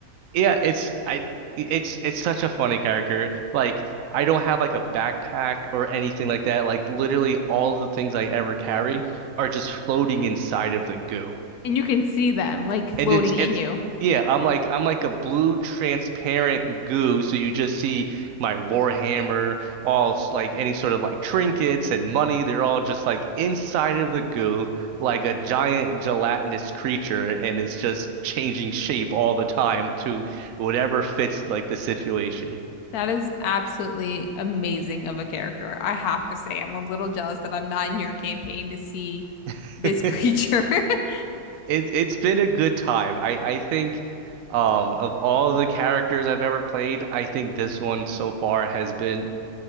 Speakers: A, on the right; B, on the left.
A: yeah, it's I it's it's such a funny character. Like I don't have like a backpack or anything like that. Like literally all the things I ever carry are just floating inside of the goo.
B: And you can see them like floating
A: And it's
B: in
A: it's
B: you.
A: yeah, I'm like I'm like a blue transparent goo, so you just see my Warhammer, all s- like any sort of like trinkets and money, they're all just like inside of the goo, like a giant gelatinous creature, and it's just changing shape all the time to whatever fits like the situation.
B: That is absolutely amazing of a character. I have to say, I'm a little jealous that I'm not in your campaign to see
A: <laughs>
B: this creature. <laughs>
A: It it's been a good time. I I think um of all the characters I've ever played, I think this one so far has been